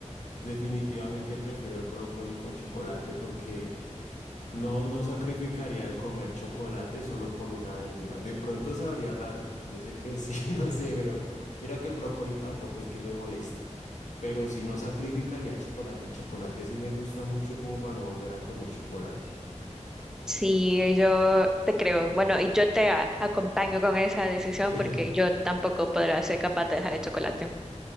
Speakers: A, on the left; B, in the centre.
A: definitivamente prefiero el brócoli con chocolate porque no, no sacrificaría el comer chocolate solo por una verdura. De pronto sabría raro. Yo sé que sí, <laughs> no sé, pero mira que el brócoli tampoco es que me moleste. Pero si no sacrificaría el chocolate, el chocolate sí me gusta mucho como para no volver a comer chocolate.
B: Sí, yo te creo. Bueno, y yo te a- acompaño con esa decisión
A: <laughs>
B: porque yo tampoco podrá ser capaz de dejar el chocolate.